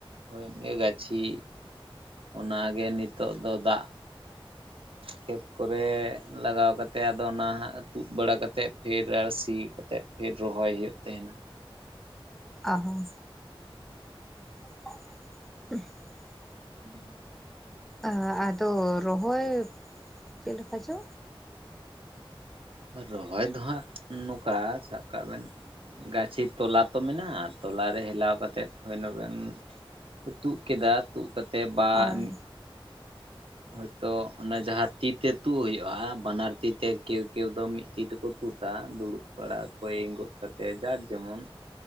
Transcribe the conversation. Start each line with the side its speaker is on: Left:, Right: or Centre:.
Right: ᱦᱳᱭ ᱜᱮ ᱜᱟᱹᱪᱷᱤ ᱚᱱᱟᱜᱮ ᱱᱤᱛᱚᱜ ᱫᱚ ᱫᱟᱜ ᱠᱷᱮᱛ ᱠᱚᱨᱮ ᱞᱟᱜᱟᱣ ᱠᱟᱛᱮᱫ ᱟᱫᱚ ᱚᱱᱟ ᱦᱟᱸᱜ ᱛᱩᱫ ᱵᱟᱲᱟ ᱠᱟᱛᱮᱫ ᱯᱷᱮᱨ ᱟᱨᱦᱚ ᱥᱤ ᱠᱟᱛᱮᱫ ᱯᱷᱮᱨ ᱨᱚᱦᱚᱭ ᱦᱩᱭᱩᱜ ᱛᱟᱦᱮᱸᱱᱟ᱾
Centre: ᱟᱨᱦᱚᱸ <unintelligible>
Right: <unintelligible>
Centre: ᱟᱨ ᱟᱫᱚ ᱨᱚᱦᱚᱭ ᱪᱮᱫ ᱞᱮᱠᱟ ᱪᱚ?
Right: ᱨᱚᱦᱚᱭ ᱫᱚ ᱦᱟᱸᱜ ᱱᱚᱝᱠᱟ ᱥᱟᱵ ᱠᱟᱜ ᱵᱮᱱ ᱜᱟᱹᱪᱷᱤ ᱛᱚᱞᱟ ᱛᱚ ᱢᱮᱱᱟᱜᱼᱟ ᱛᱚᱞᱟᱨᱮ ᱦᱮᱞᱟᱣ ᱠᱟᱛᱮᱜ ᱦᱳᱭ ᱚᱱᱜᱟᱱ ᱛᱩᱫ ᱠᱮᱫᱟ ᱛᱩᱫ ᱠᱟᱛᱮᱫ ᱵᱟ
Centre: ᱦᱳᱭ
Right: ᱢᱤᱫ ᱦᱚᱭᱛᱚ ᱚᱱᱮ ᱡᱟᱦᱟᱸ ᱛᱤᱛᱮ ᱛᱩᱫ ᱦᱩᱭᱩᱜᱼᱟ ᱵᱟᱱᱟᱨ ᱛᱤᱛᱮ ᱠᱮ ᱠᱮᱣ ᱫᱚ ᱢᱤᱫ ᱛᱤ ᱛᱮᱠᱚ ᱛᱩᱫᱟ ᱫᱩᱲᱩᱵ ᱵᱟᱲᱟ ᱚᱠᱚᱭ ᱮᱸᱜᱚᱫ ᱠᱟᱛᱮᱫ ᱡᱟᱨ ᱡᱮᱢᱚᱱ